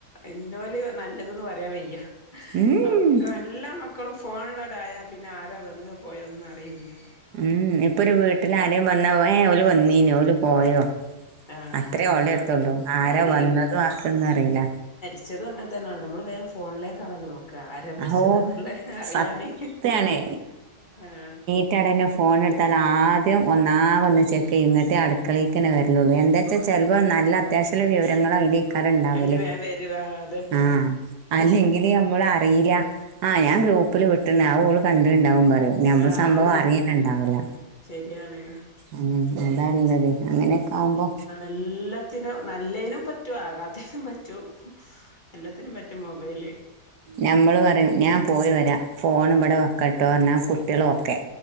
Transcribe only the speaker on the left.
ഇന്നോല് നല്ലത് ന്ന് പറയാൻ വെയ്യ
ഒക്കെ എല്ലാ മക്കളും ഫോണിലടായ പിന്നെ ആരാ വെന്ന് പോയെ ഒന്നും അറിയിൺല്ല
ആഹ്
അത്ര
അയിന്
ച്ചതും അങ്ങൻത്തേണല്ലോ നമ്മള് വേം ഫോൺലേക്കാണല്ലോ നോക് ക്ക ആരാ മരിച്ചത്
ന്ന്ള്ളെ അറിയാന്
ആഹ്
അയില് വേഗം വരും ആഹ് അതന്നെ
ആഹ്
അത്
ശരിയാണ്
എല്ലത്തിനും നല്ലേനും പറ്റും ആകാത്തേനും പറ്റ് റ്റും എല്ലത്തിനും പറ്റും മൊബൈല്